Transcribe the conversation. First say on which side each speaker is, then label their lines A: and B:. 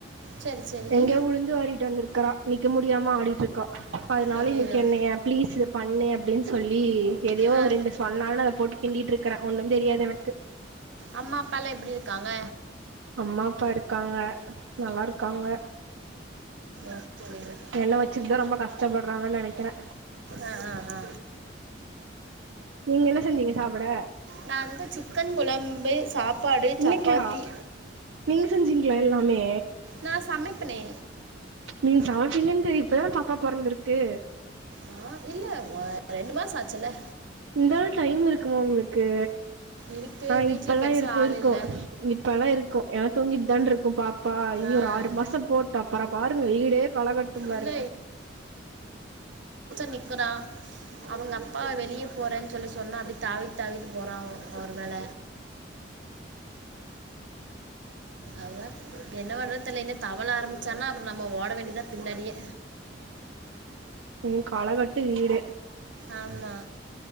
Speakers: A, on the right (about 70°); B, on the right (about 80°).
A: சரி சரி
B: எங்கயோ உளுந்து வாரிட்டு வந்திருக்கறான் நிக்க முடியாம ஆடிட்டு இருக்கா அதனால
A: ஐயையோ
B: இன்னைக்கு என்ன ஏன் பிளீஸ் இத பண்ணு அப்படின்னு சொல்லி எதையோ
A: ஆ
B: ரெண்டு சொன்னானு அதை போட்டு கிண்டிட்டு இருக்கற ஒன்னு தெரியாது எனக்கு
A: அம்மா அப்பாலா எப்படி இருக்காங்க
B: அம்மா அப்பா இருக்காங்க நல்லா இருக்காங்க
A: ஓகே ஓகே
B: எண்ண வச்சிருத ரொம்ப கஷ்ட் <unintelligible> நினைக்கிறே
A: ஆ ஆ ஆ
B: நீங்க என்ன செஞ்சீங்க சாப்பிட
A: நான் வந்து சிக்கன் குழம்பு சாப்பாடு
B: இன்னைக்கா
A: சப்பாத்தி
B: நீங்க செஞ்சீங்களா எல்லாமே
A: நான் சமைப்பனே
B: நீங்க சமைப்பீங்கன்னு தெரிய இப்பதான பாப்பா போறந்திருக்கு
A: ஆ இல்ல ரெண்டு மாசம் ஆச்சுல்ல
B: இந்தாலு டைம் இருக்குமா உங்களுக்கு
A: இருக்கு
B: ஆஹ்
A: வீட்ல
B: இப்பல்லா
A: பெருசா
B: இருக்கு
A: ஆள்
B: இருக்கோ
A: இல்ல
B: இப்ப எல்லாம் இருக்கும் ஏன்னா தூங்கிட்டு தான் இருக்கும் பாப்பா இனி
A: ஆ
B: ஒரு ஆறு மாசம் போட்ட அப்புறம் பாருங்க ஈடே காலகட்டும் பாருங்க
A: இல்ல நிக்கறா அவங்க அப்பா வெளியே போறேன் சொல்லி சொன்னா அப்டி தாவி தாவிட்டு போற அவர் மேல அதா என்ன பண்ணற தெரில தவள ஆரம்பிச்சானா அப்புறம் நம்ம ஓட வேண்டியதா பின்னாடியே
B: உ களகட்டு வீடு
A: ஆமா